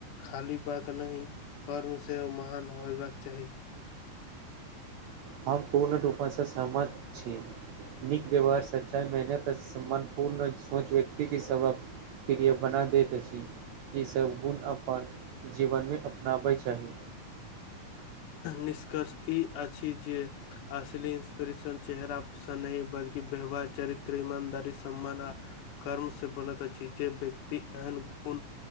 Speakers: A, on the left; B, on the right.
A: खाली बात नहिही कर्म सेहो महान होयबाक चाही।
B: हम पूर्ण रूपणसँ सहमत छी। नीक व्यवहार सच्चाइ मेहनत सम्मान पूर्ण सोच व्यक्ति के सब प्रिय बना दैत अछि ईसभ गुण अपन जीवनमे अपनाबय चाही।
A: निष्कर्ष ई आ छी जे असिली इंस्पिरेशन चेहरा नहि बलकी व्यवहार चरित्र ईमानदारी सम्मान आ कर्म से बनत चीज जे व्यक्त एहन गुण